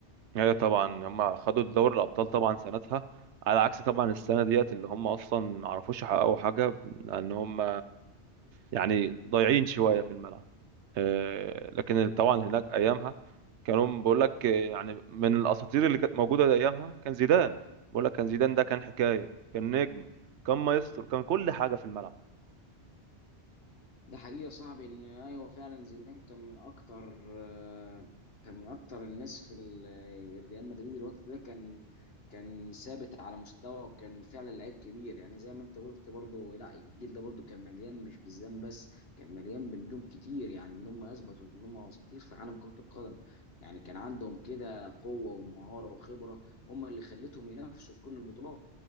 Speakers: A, on the right; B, on the left.
A: ايوه طبعا هم خدوا دوري الابطال طبعا سنتها على عكس طبعا السنه ديت اللي هم اصلا ما عرفوش يحققوا حاجه لان هم يعني ضايعين شويه في الملعب آه، لكن طبعا هناك ايامها كانوا بقول لك آه، يعني من الاساطير اللي كانت موجوده ايامها كان زيدان بقول لك كان زيدان ده كان حكايه كان نجم كان مايسترو كان كل حاجه في الملعب
B: ده حقيقة يا صاحبي ان ايوه فعلا زيدان كان من اكتر آه، كان من اكتر الناس في ال- ريال مدريد الوقت ده كان كان ثابت على مستوى وكان فعلا لعيب كبير يعني زي ما انت قلت برضه لا الجيل ده برضه كان مليان مش بالزام بس كان مليان بنجوم كتير يعني ان هم اثبتوا ان هم اساطير في عالم كرة القدم يعني كان عندهم كده قوة ومهارة وخبرة هم اللي خلتهم ينافسوا في كل البطولات